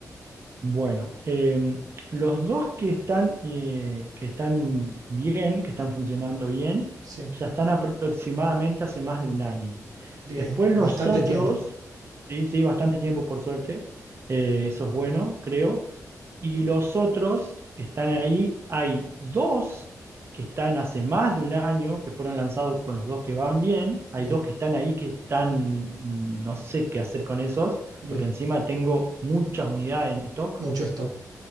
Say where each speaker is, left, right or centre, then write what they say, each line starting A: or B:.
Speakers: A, on the right; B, on the right.
A: Bueno, eh, los dos que están, eh, que están bien, que están funcionando bien,
B: Sí,
A: ya están aproximadamente hace más de un año.
B: bien,
A: Después
B: bastante
A: los otros,
B: tiempo.
A: sí, sí, bastante tiempo por suerte, eh, eso es bueno, creo. Y los otros que están ahí, hay dos que están hace más de un año, que fueron lanzados con los dos que van bien, hay
B: Bien,
A: dos que están ahí que están, no sé qué hacer con esos
B: bien,
A: porque encima tengo muchas unidades en stock,
B: mucho stock.